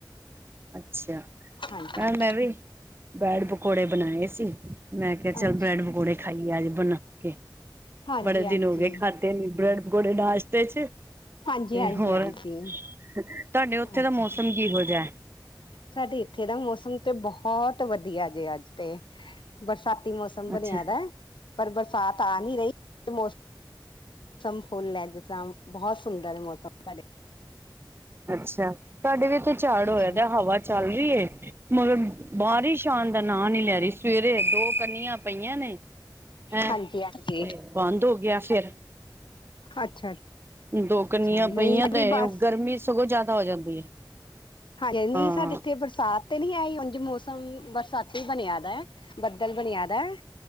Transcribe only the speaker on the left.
ਹਾਂਜੀ
ਅੱਛਾ
ਹਾਂਜੀ
ਹਾਂਜੀ
ਹਾਂਜੀ
ਹਾਂਜੀ
ਹਾਂਜੀ
ਅੱਛਾ
ਸਾਡੇ ਇੱਥੇ ਦਾ ਮੌਸਮ ਤੇ ਬੋਹਤ ਵਦੀਆ ਜੇ ਅੱਜ ਤੇ ਬਰਸਾਤੀ ਮੌਸਮ ਸਮ ਬਨੇਆ
ਦਾ ਐ, ਪਰ ਬਰਸਾਤ ਆ ਨੀ ਰਈ <unintelligible> ਮੌਸਮ ਫੁਲ ਐ ਜਿਸ ਤਰਾਂ ਬੋਹਤ ਸੁੰਦਰ ਐ ਮੌਸਮ। ਸਾਡੇ
ਹਾਂਜੀ
ਹਾਂਜੀ ਹਾਂਜੀ
ਅੱਛਾ।
ਅੱਛਾ
ਨਹੀਂ
ਵੀ
ਬਸ
<unintelligible> ਨਈ
ਸਾਡੇ ਏਥੇ ਬਰਸਾਤ ਤੇ ਨੀ ਆਈ ਉਂਝ ਮੌਸਮ ਬਰਸਾਤੀ ਬਨੇਆ ਦਾ ਐ, ਬੱਦਲ ਬਨੇਆ ਦਾ ਐ।